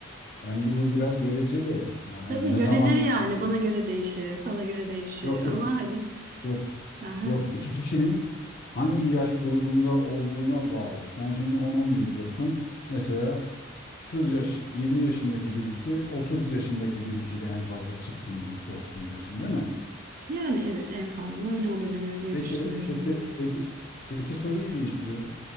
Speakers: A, on the left; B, on the right.
A: Bence bu biraz göreceli. Yani
B: Tabii
A: ne
B: göreceli
A: zaman
B: yani bana göre değişir, sana göre değişir
A: yok
B: ama
A: yok
B: hani
A: yok
B: Hı hı.
A: Yok iki kişinin hangi yaş grubunda olduğuna bağlı. Sen şimdi on on bir diyorsun. Mesela 30 yaş, 20 yaşındaki birisi 30 yaşındaki birisiyle en fazla çıksın birlikte olsun diyorsun değil mi?
B: yani evet en fazla öyle olabilir diye
A: Peki,
B: düşünüyorum.
A: peki, peki, peki soruyu değiştiriyorum.